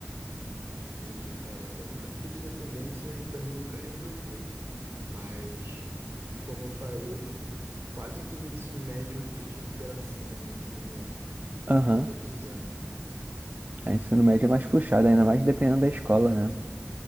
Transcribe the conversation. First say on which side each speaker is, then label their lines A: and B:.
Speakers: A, on the right; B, on the right.
A: Entendi, cara. Eu nunca fiquei de dependência e também nunca reprovei. Mas, como eu falei, quase todo o ensino médio eu fiquei de recuperação em, em um ano,
B: Aham.
A: todos os anos.
B: A ensino médio é mais puxado, ainda mais dependendo da escola, né?